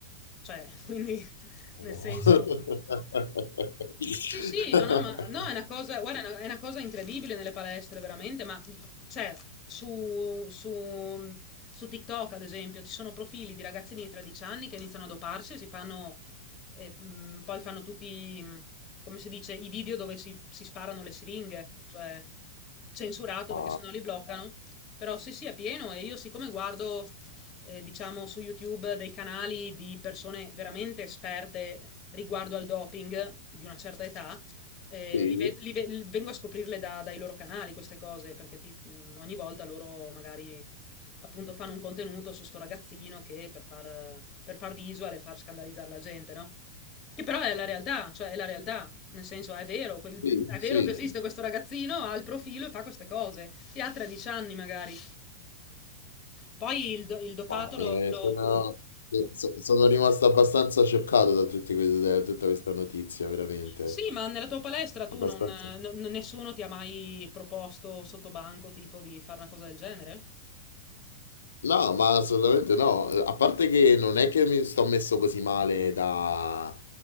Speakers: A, on the left; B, on the left.
A: cioè, quindi, <laughs>
B: Madò.
A: nel senso,
B: <laughs>
A: sì, sì, no, no, ma no, è una cosa, guarda, è una, è una cosa incredibile nelle palestre, veramente, ma cioè, su, su, su TikTok, ad esempio, ci sono profili di ragazzini di 13 anni che iniziano a doparsi e si fanno, e, mh, poi fanno tutti, mh, come si dice, i video dove si, si sparano le siringhe, cioè censurato
B: Ma
A: perché sennò li bloccano. Però sì, sì, è pieno e io siccome guardo eh, diciamo su YouTube dei canali di persone veramente esperte riguardo al doping di una certa età. eh,
B: sì,
A: li ve- li ve- vengo a scoprirle da- dai loro canali queste cose perché ti- mh, ogni volta loro magari appunto fanno un contenuto su sto ragazzino che per far, per far visual e far scandalizzare la gente, no? Che però è la realtà, cioè è la realtà, nel senso è vero, quel-
B: sì,
A: è
B: sì,
A: vero che Sì. esiste questo ragazzino, ha il profilo e fa queste cose, e ha 13 anni magari. Poi il, do- il dopato
B: ma, eh,
A: lo, lo-
B: sono, so- sono rimasto abbastanza scioccato da tutti questi- da tutta questa notizia, veramente.
A: Sì, ma nella tua palestra tu
B: Abbastanza.
A: non, n- nessuno ti ha mai proposto sotto banco tipo di fare una cosa del genere?
B: No, ma assolutamente no. A parte che non è che mi sto messo così male da...